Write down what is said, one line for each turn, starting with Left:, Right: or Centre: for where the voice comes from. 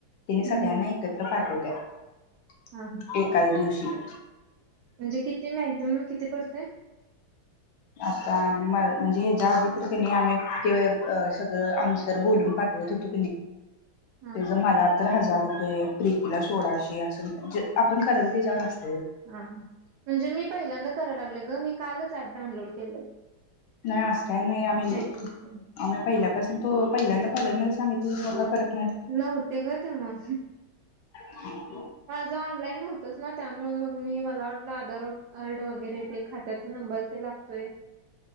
Left: तिने सगळ्यांना
Right: हम्म हम्म
Left: एकत्र पाठव <inaudible>
Right: हां, हां.
Left: एकाच दिवशी <inaudible>
Right: म्हणजे किती मॅक्झिमम किती? पडतय
Left: आता म म्हणजे ह्याच्या आधी तर त्यांनी आम्ही सगळं आन्सर बोलून पाठ तु
Right: हां,
Left: ते जमला <unintelligible> तर हजार रुपये प्रितीला सोळाशे असं आपण कराल त्याच्यावरती असतय.
Right: हा म्हणजे मी पहिल्यांदा करायला लागल ग मी कालच ऍप डाऊनलोड केले.
Left: नाही अस काय नाही आम्ही
Right: नव्हतं.
Left: आम्ही पहिल्या तो पहिल्यांदा कॉलेज मध्ये सांगितलं परत
Right: नव ते का ते म <unintelligible>
Left: ह <inaudible>
Right: माझं ऑनलाईन होतच ना त्यामुळे मग मी मला वाटत आपल आधार कार्ड वगैरे ते खात्याचा नंबर ते लागतोय.